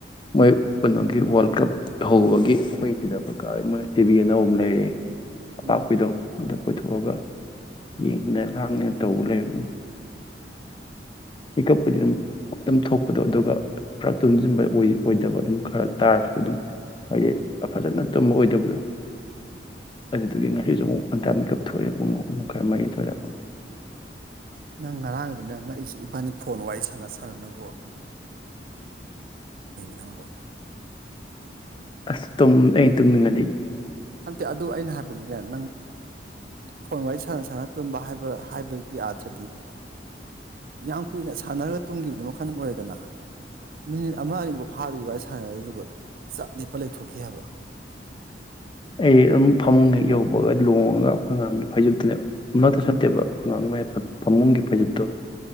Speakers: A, on the left (about 25°); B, on the right (about 50°).
A: ꯃꯣꯏ ꯀꯩꯅꯣꯒꯤ ꯋꯥꯔꯜ ꯀꯞ ꯍꯧꯕꯒꯤ ꯑꯩꯈꯣꯏꯁꯤꯗ ꯑꯩꯈꯣꯏ ꯀꯥ ꯃꯣꯏ ꯇꯤꯚꯤ ꯑꯅꯧꯕ ꯑꯃ ꯂꯩꯔꯛꯦ ꯑꯄꯥ
B: ꯎꯝ
A: ꯑꯈꯣꯏꯗꯣ ꯀꯣꯏꯊꯣꯛꯑꯒ ꯌꯦꯡꯗꯅ ꯍꯥꯡꯗꯅ ꯇꯧꯕ ꯂꯩꯔ ꯑꯗꯨꯝ ꯄꯤꯞ ꯑꯗꯨ ꯊꯣꯛ ꯗꯣ ꯑꯗꯨꯒ ꯄꯨꯔꯥ ꯇꯨꯁꯤꯟꯕ ꯑꯣꯏꯗꯕ ꯑꯗꯨꯝ ꯈꯔ ꯇꯥꯔꯁꯨ ꯑꯗꯨꯝ ꯍꯥꯏꯗꯤ ꯐꯖꯅ ꯇꯨꯝꯕ ꯑꯣꯏꯗꯕꯗꯣ ꯑꯗꯨꯗꯒꯤ ꯉꯁꯤꯁꯨ ꯑꯃꯨꯛ ꯑꯟꯇꯥꯃꯤꯛꯀꯞ ꯊꯣꯛꯑꯦ ꯄꯨꯡ ꯈꯔ ꯃꯔꯤꯊꯣꯏꯅ
B: ꯅꯪ ꯉꯔꯥꯡ ꯑꯗꯨꯗ ꯅꯪ ꯉꯛ ꯑꯩꯁꯨ ꯏꯕꯥꯅꯤ ꯐꯣꯟ ꯋꯥꯔꯤ ꯁꯥꯟꯅ ꯁꯥꯟꯅꯅꯕ ꯅꯝꯕꯣ
A: ꯑꯁ ꯇꯨꯨꯝ ꯑꯩ ꯇꯨꯝꯅꯤꯡꯉꯗꯤ
B: ꯅꯟꯇꯦ ꯑꯗꯨ ꯑꯩꯅ ꯍꯥꯏꯕꯗꯨꯅꯦ ꯅꯪ ꯐꯣꯟ ꯋꯥꯔꯤ ꯁꯥꯟꯅ ꯁꯥꯟꯅ ꯇꯨꯝꯕ ꯍꯥꯏꯕ ꯍꯥꯏꯕꯒꯤ ꯑꯥꯊ꯭ꯔꯗꯤ ꯌꯥꯝ ꯀꯨꯏꯅ ꯁꯥꯟꯅꯔꯒ ꯇꯨꯝꯈꯤꯕꯗꯨ ꯃꯈꯜ ꯑꯃ ꯑꯣꯏꯔꯦꯗꯅ ꯃꯤꯅꯤꯠ ꯑꯃ ꯑꯅꯤꯐꯥꯎ ꯐꯥꯗ꯭ꯔꯤ ꯋꯥꯔꯤ ꯁꯥꯟꯅꯗꯨ ꯆꯞ ꯂꯦꯞꯄ ꯂꯩꯊꯣꯛꯈꯤ ꯍꯥꯏꯕ
A: ꯑꯩ ꯑꯗꯨꯝ ꯐꯃꯨꯡ ꯌꯧꯕꯒ ꯂꯣꯡꯉꯒ ꯑꯩꯈꯣꯏ ꯑꯉꯥꯡꯒꯤ ꯐꯩꯖꯨꯞꯠꯇꯨꯅꯦ ꯑꯃꯛꯇ ꯅꯠꯇꯦꯕ ꯑꯩꯈꯣꯏ ꯑꯉꯥꯡꯒꯤ ꯐꯃꯨꯡꯒꯤ ꯐꯩꯖꯨꯞꯠꯇꯣ